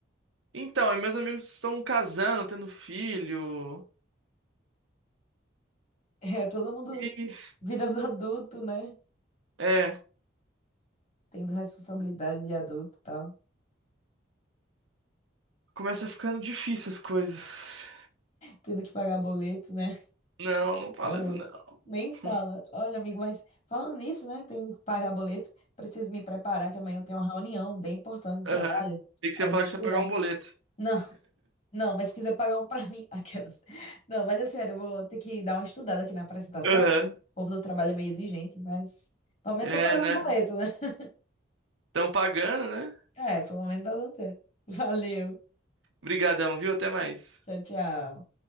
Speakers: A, on the right (about 85°); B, on the left (about 40°).
A: Então, e meus amigos estão casando, tendo filho.
B: <laughs> É, todo mundo
A: E.
B: virando adulto, né,
A: É,
B: tendo responsabilidade de adulto e tal,
A: começa ficando difícil as coisas.
B: tendo que pagar boleto, né,
A: Não, não fala
B: é outro.
A: isso não.
B: Nem fala.
A: <laughs>
B: Olha, amigo, mas falando nisso, né, tendo que pagar boleto, preciso me preparar que amanhã eu tenho uma reunião bem importante de
A: Aham.
B: trabalho,
A: Tem que você
B: aí
A: ia
B: eu
A: falar
B: vou estudar.
A: que você ia pagar um boleto.
B: Não. Não, mas se quiser pagar um pra mim, <laughs> aquelas. Não, mas é sério, eu vou ter que dar uma estudada aqui na apresentação.
A: Aham.
B: O povo do trabalho é meio exigente, mas pelo menos
A: É,
B: tô pagando
A: né?
B: os boletos, né? <laughs>
A: Estão pagando, né?
B: É, pelo menos tá dando certo. Valeu.
A: Brigadão, viu? Até mais.
B: Tchau, tchau.